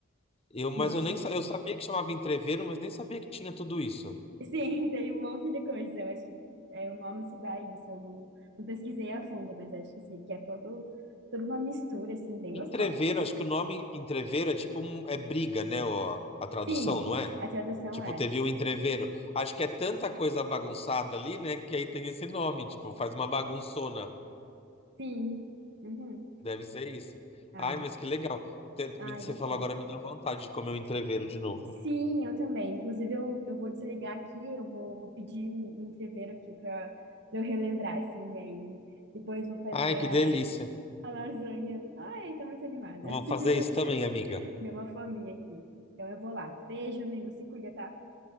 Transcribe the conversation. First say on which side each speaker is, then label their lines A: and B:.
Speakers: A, on the left; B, on the right.
A: Eu, mas
B: Nossa.
A: eu nem sa- eu sabia que chamava entreveiro, mas nem sabia que tinha tudo isso.
B: Sim, <laughs> tem um monte de coisa. Eu acho que é, o nome se dá a isso. Eu não, não pesquisei a fundo, mas acho que sim, que é todo, toda uma mistura, assim, bem
A: Entreveiro,
B: gostosa.
A: acho que o nome entreveiro é tipo um- é briga, né? ó, a tradução,
B: Sim,
A: não é?
B: a tradução
A: Tipo,
B: é
A: teve um entreveiro. Acho que é tanta coisa bagunçada ali, né? Que aí tem esse nome, tipo, faz uma bagunçona.
B: sim. Uhum.
A: Deve ser isso.
B: Ai,
A: Ai, mas que legal. Você
B: ai,
A: me- você
B: muito
A: falou
B: bom.
A: agora, me deu vontade de comer um entreveiro de novo.
B: Sim, eu também. Inclusive, eu, eu vou desligar aqui, eu vou, vou pedir um, um entreveiro aqui para eu relembrar, assim, e aí depois vou fazer
A: Ai, que
B: a,
A: delícia.
B: a lasanha. Ai, tô muito animada.
A: Vou
B: <laughs>
A: fazer isso também, amiga.
B: Deu uma fominha aqui. Então eu vou lá. Beijo, amigo. Se cuida, tá?